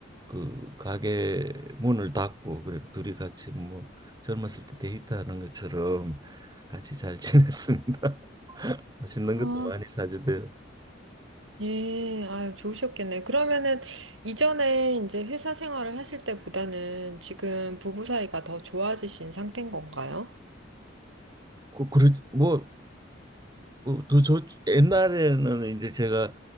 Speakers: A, on the right; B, on the right.
A: 그 가게 문을 닫고 그래 둘이 같이 뭐 젊었을 때 데이트하는 것처럼 같이 잘 지냈습니다. <laughs> 맛있는
B: 아,
A: 것도 많이 사주대요.
B: 예, 아, 좋으셨겠네. 그러면은 이전에 이제 회사 생활을 하실 때보다는 지금 부부 사이가 더 좋아지신 상태인 건가요?
A: 그, 그러, 뭐 그저 옛날에는 이제 제가